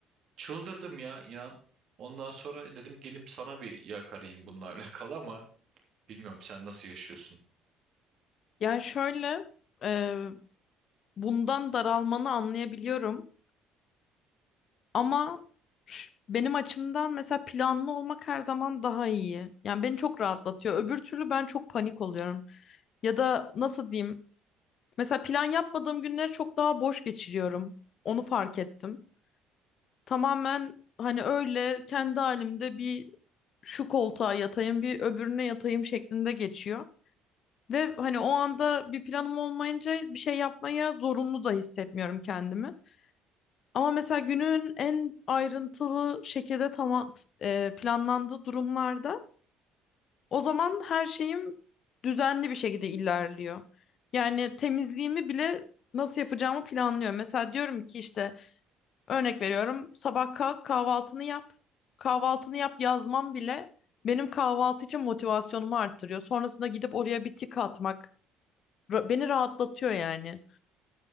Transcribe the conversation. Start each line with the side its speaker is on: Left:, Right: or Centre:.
Right: Çıldırdım ya inan. Ondan sonra dedim gelim sana bir yakarayım bununla <laughs> alakalı ama bilmiyorum sen nasıl yaşıyorsun?
Left: Yani şöyle, e, bundan daralmanı anlayabiliyorum ama ş- benim açımdan mesela planlı olmak her zaman daha iyi. Yani beni çok rahatlatıyor. Öbür türlü ben çok panik oluyorum. Ya da nasıl diyeyim? Mesela plan yapmadığım günleri çok daha boş geçiriyorum. Onu fark ettim. Tamamen hani öyle kendi halimde bir şu koltuğa yatayım, bir öbürüne yatayım şeklinde geçiyor. Ve hani o anda bir planım olmayınca bir şey yapmaya zorunlu da hissetmiyorum kendimi. Ama mesela günün en ayrıntılı şekilde tamam e, planlandığı durumlarda o zaman her şeyim düzenli bir şekilde ilerliyor. Yani temizliğimi bile nasıl yapacağımı planlıyorum. Mesela diyorum ki işte örnek veriyorum sabah kalk kahvaltını yap. Kahvaltını yap yazmam bile benim kahvaltı için motivasyonumu arttırıyor. Sonrasında gidip oraya bir tik atmak. Ra- Beni rahatlatıyor yani.